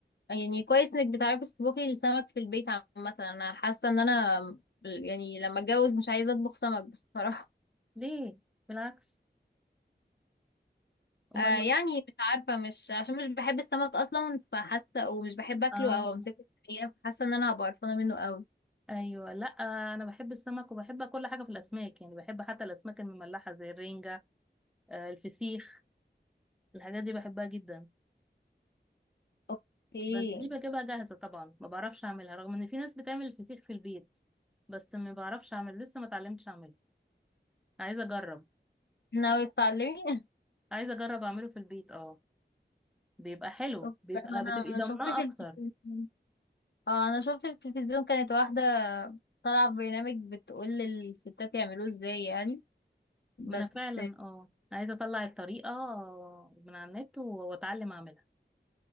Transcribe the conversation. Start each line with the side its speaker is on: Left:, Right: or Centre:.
Left: يعني كويس انك بتعرفي تطبخي السمك في البيت عامة انا حاسة ان انا يعني لما اتجوز مش عايزة اطبخ سمك بصراحة
Centre: ليه بالعكس امال
Left: آه يعني مش عارفة مش عشان مش بحب السمك اصلا فحاسة ومش بحب اكله
Centre: آه
Left: او امسكه في الحقيقة فحاسة ان انا هبقى قرفانة منه قوي
Centre: ايوه لا انا بحب السمك وبحب كل حاجه في الاسماك يعني بحب حتى الاسماك المملحه زي الرنجه آه، الفسيخ الحاجات دي بحبها جدا
Left: اوكي
Centre: بس دي بجيبها جاهزه طبعا ما بعرفش اعملها رغم ان في ناس بتعمل الفسيخ في البيت بس ما بعرفش اعمله لسه ما اتعلمتش اعمله عايزه اجرب
Left: ناوية تتعلمي <laughs>
Centre: عايزه اجرب اعمله في البيت اه بيبقى حلو
Left: اوكي
Centre: بيبقى
Left: انا
Centre: بتبقي ضامناه
Left: شفت في
Centre: اكتر
Left: التلفزيون اه انا شفت في التلفزيون كانت واحدة طالعة ببرنامج بتقول للستات يعملوه ازاي يعني بس
Centre: ما انا فعلا اه عايزه اطلع الطريقه من على النت و- واتعلم اعملها